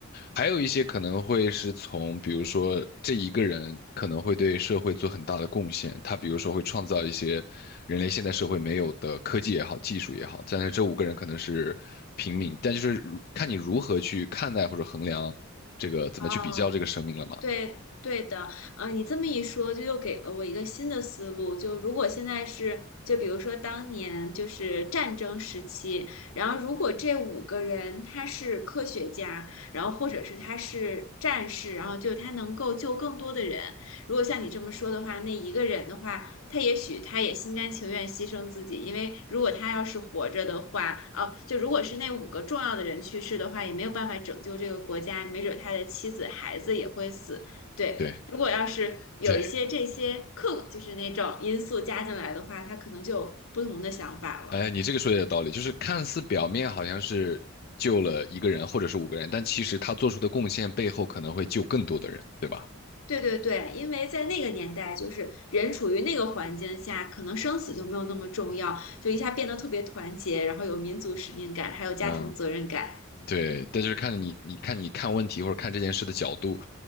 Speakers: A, on the left; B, on the left.
A: 还有一些可能会是从比如说这一个人可能会对社会做很大的贡献，他比如说会创造一些人类现代社会没有的科技也好，技术也好，但是这五个人可能是平民，但就是如看你如何去看待或者衡量这个怎么去比较这个生命了嘛。
B: 哦。对对的，呃，你这么一说，就又给了我一个新的思路。就如果现在是，就比如说当年就是战争时期，然后如果这五个人他是科学家，然后或者是他是战士，然后就他能够救更多的人，如果像你这么说的话，那一个人的话，他也许他也心甘情愿牺牲自己，因为如果他要是活着的话，哦，就如果是那五个重要的人去世的话，也没有办法拯救这个国家，没准他的妻子、孩子也会死。对，
A: 对
B: 如果要是有一些这些客，
A: 对，
B: 就是那种因素加进来的话，他可能就有不同的想法了。
A: 哎，你这个说的有道理，就是看似表面好像是救了一个人或者是五个人，但其实他做出的贡献背后可能会救更多的人，对吧？
B: 对对对，因为在那个年代，就是人处于那个环境下，可能生死就没有那么重要，就一下变得特别团结，然后有民族使命感，还有家庭责任感。
A: 嗯，对，但就是看你，你看你看问题或者看这件事的角度